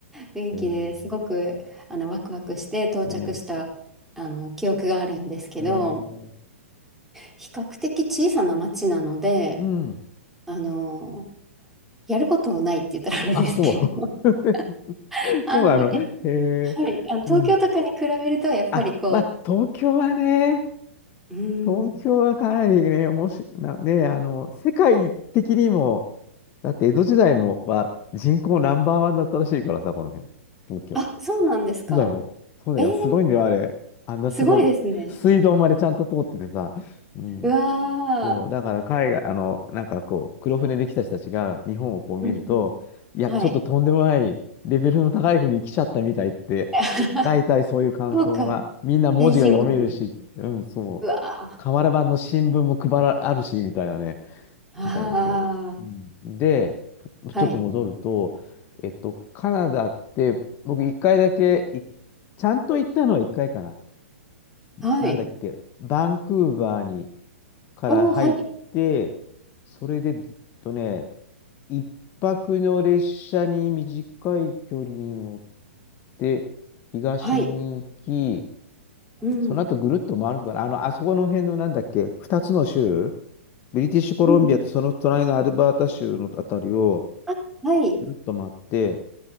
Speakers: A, in the centre; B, on the left.
A: 雰囲気ですごくあのワクワクして到着したあの記憶があるんですけど、
B: えー、ね、えー、
A: 比較的小さな町なので、
B: うん。
A: あのやることないって言ったらあれですけど、
B: あ、そう。<laughs>
A: <laughs> あの、
B: そうなの。
A: え、
B: えー、
A: はい、あの東京とかに比べるとやっぱりこ
B: うん。あ、まあ、東京はね、
A: う、う
B: 東京はかなりね、
A: ん、
B: おもし、な、ね、あの、世界的にも、だって江戸時代も、は人口ナンバーワンだったらしいからさ、この辺、東京って。
A: あ、そうなんですか。
B: そうだよ。そうだよ。
A: えー、
B: すごいんだよ、あれ。あんなすごい。
A: すごいですね。
B: 水道までちゃんと通っててさ。うん。
A: うわー。
B: そう、だから海外、あの、なんかこう、黒船で来た人たちが日本をこう見ると、
A: うんうん。
B: いや、
A: はい。
B: ちょっととんでもないレベルの高い国に来ちゃったみたいって、
A: <laughs>
B: 大体そういう感想が、
A: そうか。
B: みんな文字が読めるし、
A: 先進国。
B: うん、そう、
A: うわー。
B: 瓦版の新聞も配ら、あるし、みたいなね、
A: あ
B: みたいですよ。うん、で、
A: あ、
B: ちょっと戻ると、
A: はい。
B: えっと、カナダって、僕一回だけい、ちゃんと行ったのは一回かな。
A: はい。
B: なんだっけ、バンクーバーに、から入って、
A: おー、はい。
B: それでずっとね、一泊の列車に短い距離に乗って、東に行き、
A: はい。うん。
B: その後ぐるっと回るのかな。あの、あそこの辺のなんだっけ、二つの州、ブリティッシュコロンビアとその隣のアルバータ州のあたりを
A: うんあ、はい。
B: ぐるっと回って、